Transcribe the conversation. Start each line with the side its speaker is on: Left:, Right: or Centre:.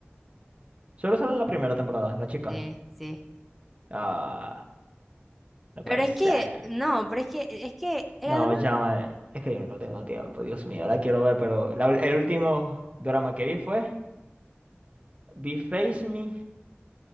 Right: Solo sale en la primera temporada, la chica.
Centre: sí, sí.
Right: Ah, no
Centre: Pero
Right: puede
Centre: es
Right: ser.
Centre: que, no, pero es que, e, es que, eh,
Right: No,
Centre: además,
Right: llama. Es que yo no tengo tiempo, Dios mío. La quiero ver, pero la- el último drama que vi fue. Vi Face Me